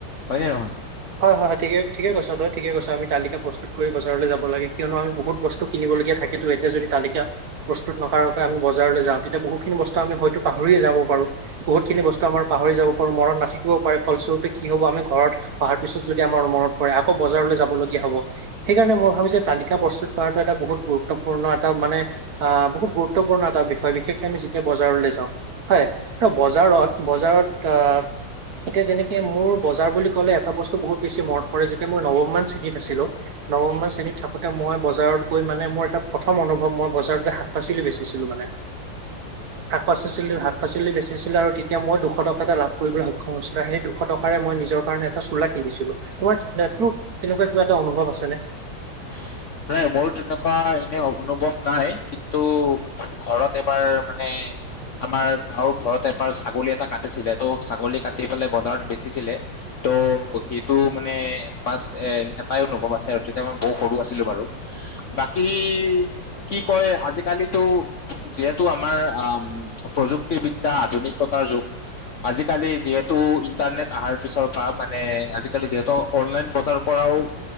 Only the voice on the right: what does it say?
হয়, হয়, হয়, ঠিকে-ঠিকে কৰছা তই, ঠিকে কৰছা মই তালিকা প্ৰস্তু খুৰি, বজাৰলৈ যাব লাগে কিয়নো আমি বহুত বস্তু কিনিবলগীয়া থাকেতো এতিয়া যদি তালিকা প্ৰস্তুত নকৰাকৈ আমি বজাৰলৈ যাওঁ, তেতিয়া বহুতখিনি বস্তু আমি হয়তো পাহৰিয়ে যাব পাৰো। বহুতখিনি বস্তু আমাৰ পাহৰি যাব পাৰো, মৰত নাথাকিবও পাৰে, ফলস্বৰপ কি হ'ব আমি ঘৰত পাহাৰ পিছত যদি আমাৰ মনত পৰে, আকৌ বজাৰলৈ যাব লগীয়া হ'ব। সেইকাৰণে মই ভাবিছো তালিকা প্ৰস্তুত কৰাটো এটা বহুত গুৰুত্বপূৰ্ণ, এটা মানে আ, বহুত গুৰুত্বপূৰ্ণ এটা বিষয় বিশেষকে আমি যি এ বজাৰলৈ যাওঁ হয় বজাৰত বজাৰত আ এতিয়া যেনেকে মোৰ বজাৰ বুলি ক'লে এটা বস্তু বহুত বেছি মনত পৰে যেতিয়া মই নৱমমান শ্ৰেণী আছিলো নৱমমান শ্ৰেণীত থাকোঁতে মই বজাৰত গৈ মানে মোৰ এটা প্ৰথম অনুভৱ মই বজাৰতে শাক পাচলি বেচিছিলোঁ মানে
শাক পাচিছিলো শাক পাচলি বেচিছিলো আৰু তেতিয়া মই দুশ টকা এটা লাভ কৰিবলৈ সক্ষম হৈছিলো আৰু সেই দুশ টকাৰে মই নিজৰ কাৰণে এটা চোলা কিনিছিলো তোমাৰ তোৰ তেনেকুৱা কিবা এটা অনুভৱ আছে নে।